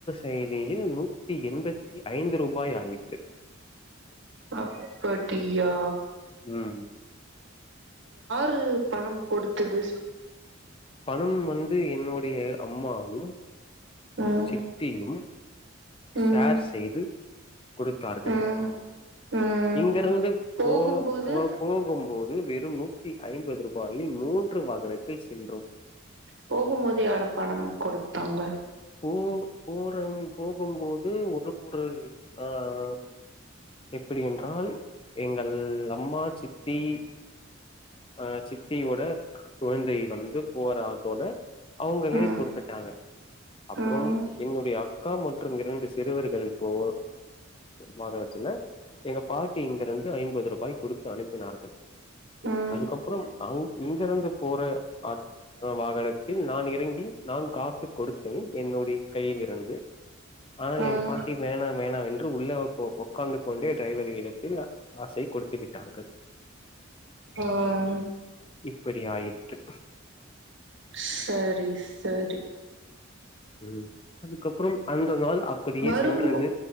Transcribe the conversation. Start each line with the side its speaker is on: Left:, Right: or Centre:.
Left: வேலையில் நூற்றி எண்பத்தைந்து ரூபாய் ஆயிற்று
Right: அப்படியா
Left: உஹம்
Right: ரு பணம் கொடுத்தது
Left: பணம் வந்து என்னுடைய அம்மாவும்
Right: ம்
Left: சித்தியும் ஷேர்
Right: ம்
Left: செய்து கொடுத்தார்கள்
Right: ம் ம்
Left: இங்கிருந்து
Right: போகும்போது
Left: போ போகும்போது வெறும் நூற்று ஐம்பது ரூபாயில் மூன்று வாகனத்தில் சென்றோம்
Right: போகும்போது யாரும் பணம் கொடுத்தாங்க
Left: போ போறோம் போகும்போது ஒரு ஒரு ஆஹா எப்படி என்றால் எங்கள் அம்மா சித்தி ஆஹ் சித்தினுடைய குழந்தை வந்து போற ஆட்டோல அவுங்களே
Right: ம்
Left: கொடுத்துட்டாங்க அப்புறம்
Right: ம்
Left: என்னுடைய அக்கா மற் றும் இரண்டு சிறுவர்கள் போ வாகனத்துல எங்க பாட்டி இங்கிருந்து ஐம்பது ரூபாய் கொடுத்து அனுப்பினார்கள்
Right: ம்
Left: அதுக்குப்பறம் அங்கு இங்கிருந்து போற ஆ வாகனத்தில் நான் இறங்கி நான் காசு கொடுத்தேன். என்னுடைய கையில் இருந்து ஆனால்
Right: ம்
Left: என் பாட்டி வேணா வேணா என்று உள்ள உட்கார்ந்து கொண்டே டிரைவரின் இடத்தில் காசை கொடுத்து விட்டார்கள்
Right: ஆஹ்
Left: ப்படி ஆயிற்று
Right: சரி சரி
Left: உம் அதுக்கப்புறம் அந்த நாள் அப்படியே
Right: வரும்
Left: சென்றது